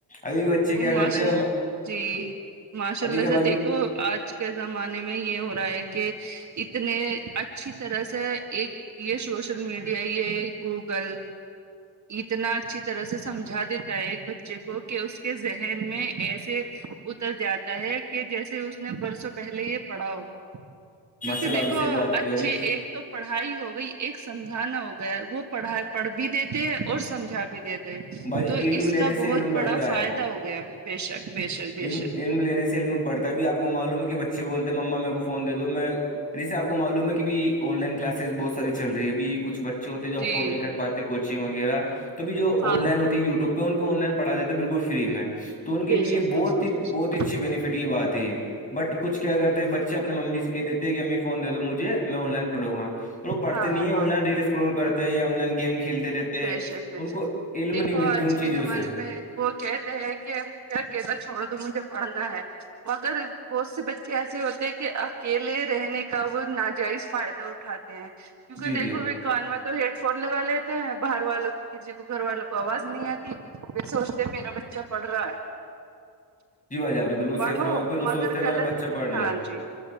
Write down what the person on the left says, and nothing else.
ابھی بچے
کیا کرتے ہیں
ابھی
کیا
باجی
ماشاء اللہ
آپ سے بات کی
باجی
باجی
علم
لینے
سے علم بڑھتا
ہے
علم
علم لینے سے علم پڑتا ہے بھی آپ کو معلوم ہے کہ بچے بولتے ہیں ما میرے کو فون دے دو میں جیسے آپ کو معلوم ہے کہ بھی آن لائن کلاسز بہت ساری چل رہی ابھی کچ بچے ہوتے جو افورڈ
نہیں کر پاتے کوچنگ وغیرہ توھی جو
آن لائن ہوتا و ٹیوب پہ ان کوہ آن لائن پڑا دیتےے بالکل فری میں تو ان کے
لیے
بہت
ہی
بہت اچھی بیننیفٹ کی بات ہے بٹ کچھ کیا کرتے ہیں بچے اپنی ممی سے کے دیتے ہیں امی فون د دو مجھے میں آن لائن پڑوں گا وہ پڑتے
نہیں ہے آن
لائن ریس اسکرول کرتے یا آن لائن گیم کھیلتے رہتے
ہیں
ان
کو علم
نہیں ملتی
ان چیزوں
سے
جی جی
جی بھائی جی آپ نے بالکل
سیفرما پھر وہ
سوچتے ہیں
میرا بچہ پڑھ
رہا ہے